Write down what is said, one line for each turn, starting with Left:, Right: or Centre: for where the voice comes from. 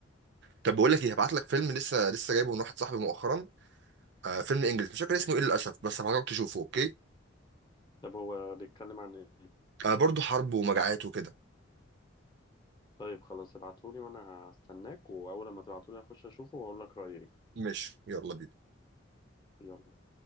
Right: طب بقول لك ايه هبعت لك فيلم لسه لسه جايبه من واحد صاحبي مؤخرا آه فيلم انجلش مش فاكر اسمه ايه للاسف بس هبعتك تشوفه اوكي
Left: طب هو بيتكلم عن ايه
Right: آه برضه حرب ومجاعات وكده
Left: طيب خلاص ابعتولي وانا هستناك واول ما تبعتولي هخش اشوفه واقول لك رأيي إيه.
Right: ماشي يلا بينا
Left: يلا